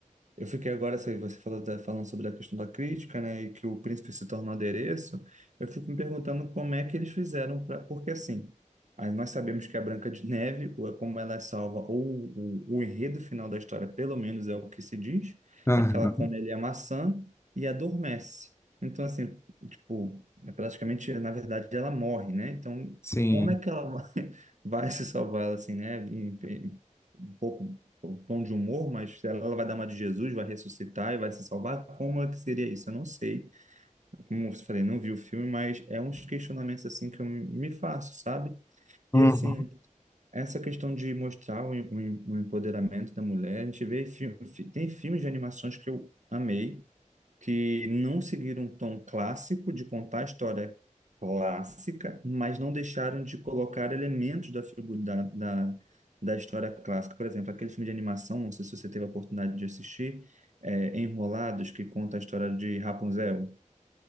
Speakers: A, on the right; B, on the left.
A: Eu fiquei agora, você você falou, tá falando sobre a questão da crítica, né, e que o príncipe se tornou adereço, eu fico me perguntando como é que eles fizeram para, porque assim, aí nós sabemos que a Branca de Neve, ou é como ela é salva, ou o, o enredo final da história, pelo menos é o que se diz,
B: Aham,
A: é que ela come ali a maçã e adormece. Então assim, tipo, é praticamente, na verdade, ela morre, né? Então,
B: Sim.
A: como é que ela <laughs> vai, vai se salvar, assim, né? Enfim, um pouco o tom de humor, mas se ela ela vai dar uma de Jesus, vai ressuscitar e vai se salvar, como é que seria isso? Eu não sei. Como eu falei, não vi o filme, mas é uns questionamentos assim que eu me faço, sabe?
B: Uhum.
A: E assim, essa questão de mostrar o, em- o em- o empoderamento da mulher, a gente vê filme, tem filmes de animações que eu amei, que não seguiram um tom clássico de contar a história clássica, mas não deixaram de colocar elementos da figura da, da, da história clássica. Por exemplo, aquele filme de animação, não sei se você teve a oportunidade de assistir, é, Enrolados, que conta a história de Rapunzel,